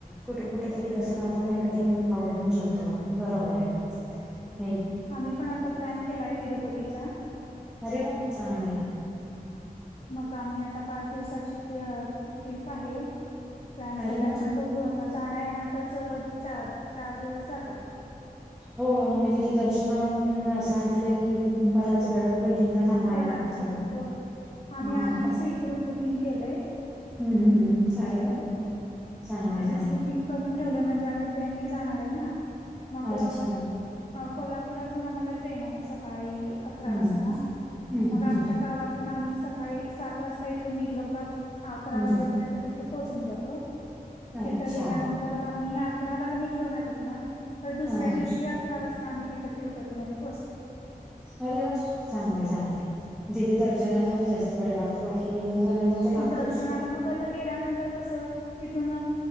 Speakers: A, in the centre; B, on the left.
A: कुठे कुठ तरी बसून आपण एका ठिकाणी खाऊ पऊ शकतो. बरोबर आहे. हम.
B: आम्ही पण आता प्लॅन केलाय तिरुपतीचा.
A: अरे वा चांगलं आहे
B: मग आम्ही आता पाच दिवसाची ते ट्रिप आहे. प्लॅन
A: अरे
B: केला
A: वा
B: पण बघू आता जाण्या येण्यातच चा चार दिवस जातात.
A: हो तिथे दर्शनाला पण असं ऐकलंय की बराच वेळ वेटिंगला थांबायला
B: बराच
A: लागत
B: वेळ होय आम्ही
A: हा
B: आधीच इकडून बुकिंग केलंय.
A: ह हहम्म अरे वा! चांगले
B: आधीच
A: चांगले
B: बुकिंग करून ठेवलंय म्हणजेआम्ही ट्रेननी जाणार आहे ना मग
A: अच्छा
B: कोल्हापुरातून आम्हाला ट्रेन आहे, सकाळी अकरा
A: हम्म
B: वाज
A: हम्म
B: मग
A: हम्म
B: आमच्या
A: हम्म
B: गावात पण आम्ही सकाळी सात वाजता इथून निघलो का अकरा
A: हम्म
B: वाजेपर्यंत तिथे पोहोचून जातो. तिथं
A: अच्छा
B: गेल्यानंतर आम्ही अकरा ला निघलो ना तिथनं तर दुसऱ्या
A: हा
B: दिवशी अकरा वाजता तर आम्ही तिथं तिरुपतीमध्ये पोचतो.
A: अरे वा! चांगलं चांगलं तिथे दर्शनालाच जास्त वेळ लागतो. बाकी <unintelligible> लागतोच
B: दर्शनाला मग आता गेल्यानंतर कसं तिथून